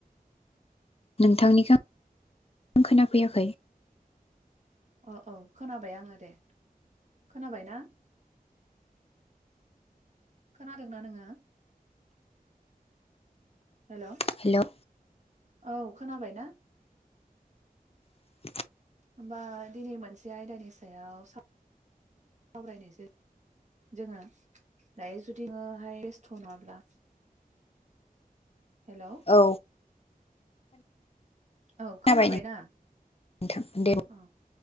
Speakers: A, on the left; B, on the right.
A: नोंथांनिखौ आं खोनाफैयाखै!
B: अ औ खोनाबाय आङो दे खोनाबाय ना खोनादोंना नोङो? हेल'!
A: हेल'!
B: औ खोनाबाय ना?
A: <unintelligible>
B: होमबा दिनै मोनसे आयदानि सायाव सावरायनायसै जोङो दायो जुदि नोङोहाय बेस्थ' नङाब्ला? हेल'!
A: औ
B: औ
A: खोनाबाय
B: खोनाबायना?
A: नोंथां दे
B: ओं